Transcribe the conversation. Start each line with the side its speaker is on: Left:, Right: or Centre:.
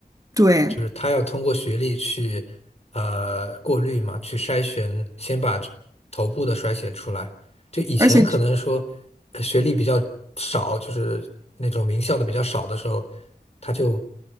Right: 对，
Left: 就是他要通过学历去呃过滤嘛，去筛选，先把这头部的筛选出来。就以前可能说呃学历比较少，
Right: 而且
Left: 就是那种名校的比较少的时候，他就